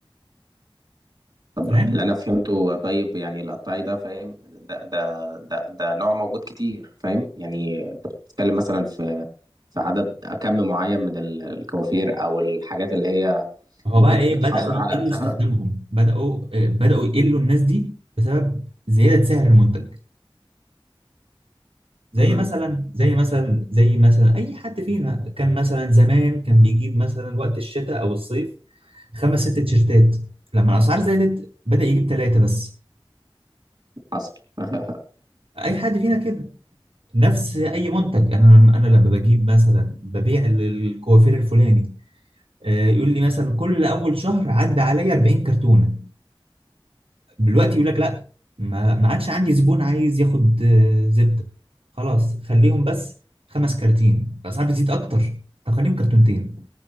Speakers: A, on the right (about 40°); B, on the right (about 75°).
A: طب
B: فاهم
A: اللي انا فهمته طيب يعني القطاعي ده فاهم ده ده ده ده نوع موجود كتير فاهم يعني انت بتتكلم مثلا في في عدد كم معين من ال- الكوافير او الحاجات اللي هي
B: هو
A: ممكن
B: بقى ايه
A: بتحضر
B: بدأوا يقلوا
A: على قدها
B: استخدامهم بدأوا آه، بدأوا يقلوا الناس دي بسبب زيادة سعر المنتج زي
A: امم
B: مثلا زي مثلا زي مثلا اي حد فينا كان مثلا زمان كان بيجيب مثلا وقت الشتاء او الصيف خمس ست تيشيرتات لما الاسعار زادت بدأ يجيب ثلاثة بس
A: حصل <laughs>
B: اي حد فينا كده نفس اي منتج انا لما انا لما بجيب مثلا ببيع الكوافير الفلاني آه، يقول لي مثلا كل اول شهر عدى عليا 40 كرتونة دلوقتي يقول لك لا ما ما عادش عندي زبون عايز ياخد آه، زبده خلاص خليهم بس خمس كراتين الاسعار بتزيد اكتر طب خليهم كرتونتين